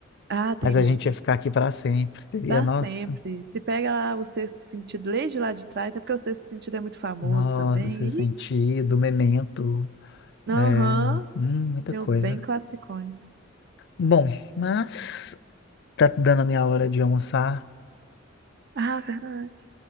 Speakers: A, on the right; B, on the left.
A: Ah, tem
B: Mas a
A: muitos.
B: gente ia ficar aqui pra sempre. Teria,
A: Pra
B: nossa,
A: sempre. Se pega lá o Sexto Sentido, lê de lá de trás, até porque o Sexto Sentido é muito famoso
B: nossa,
A: também.
B: seu sentido,
A: E,
B: memento,
A: aham,
B: é, hum, muita
A: tem
B: coisa.
A: uns bem classicões.
B: Bom, mas tá dando a minha hora de almoçar.
A: Ah, verdade.